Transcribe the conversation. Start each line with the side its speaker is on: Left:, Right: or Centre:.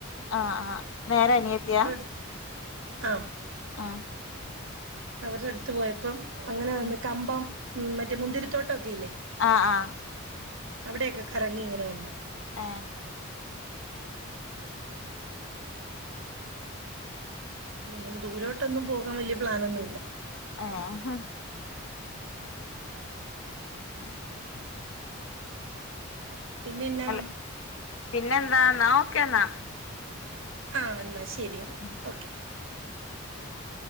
Left: ആഹ് ആഹ് നേരെ അനിയത്തിയ
Right: അടുത്ത് ആഹ്
Left: ആഹ്
Right: അവരെ അടുത്ത് പോയപ്പം അങ്ങനെ വന്ന്
Left: ഉം
Right: കമ്പം ഉം മറ്റേ മുന്തിരിത്തോട്ടം ഒക്കെ ഇല്ലേ
Left: ആഹ് ആഹ്
Right: അവിടെയൊക്കെ കറങ്ങി ഇങ്ങനെ വന്നു
Left: ആഹ്
Right: ഞങ്ങനെ തുരോട്ടൊന്നും പോകാൻ വലിയ പ്ലാനൊന്നുല്ല
Left: ആഹ് ഹ് <inaudible>
Right: പിന്നെന്നാ
Left: അല്ല പിന്നെന്താ ന്നാ ഓക്കെന്നാ
Right: ആഹ് എന്നാ ശരി
Left: ഓക്കെന്നാ
Right: ഓക്കെ